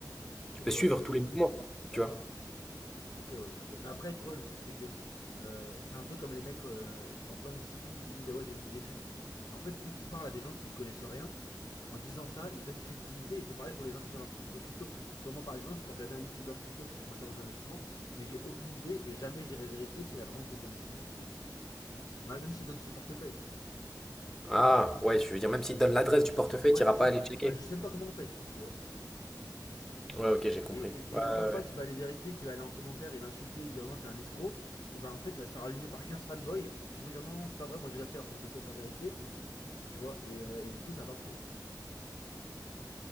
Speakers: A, in the centre; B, on the left (about 60°).
A: tu
B: Ok,
A: peux
B: ouais,
A: suivre
B: je te regarde.
A: tous les mouvements, tu
B: D'accord.
A: vois.
B: Ok, ouais. Donc, euh, mais après, tu vois, le truc, c'est que euh, c'est un peu comme les mecs euh, dans plein de disciplines qui disent Ah ouais, j'ai vu des études. Mais en fait, vu qu'ils parlent à des gens qui y connaissent rien, en disant ça, ils se donnent crédibilité. Et c'est pareil pour les gens qui ont leur portefeuille crypto. Tu vois, moi, par exemple, je peux regarder un YouTuber crypto parce que je m'intéresse aux investissements, mais j'ai aucune idée et jamais j'irai vérifier s'il a vraiment fait des investissements, tu vois. Mal- Même s'il donne son portefeuille.
A: Ah, ouais, je veux dire, même s'ils te donnent l'adresse du portefeuille,
B: Ouais,
A: tu n'iras
B: c'est
A: pas
B: ça.
A: aller checker.
B: Bah, je sais même pas comment on fait, tu vois.
A: Ouais, ok, j'ai compris.
B: Et, et-
A: Ouais,
B: et le
A: ouais,
B: pimpin
A: ouais.
B: qui va aller vérifier, qui va aller en commentaire et l'insulter et dire non, t'es un escroc, et ben en fait, il va se faire allumer par 15 fanboys qui vont dire non, c'est pas vrai, moi j'ai vérifié alors qu'ils ont peut-être même pas vérifié, tu vois, et, euh, et du coup, ça va pas prendre.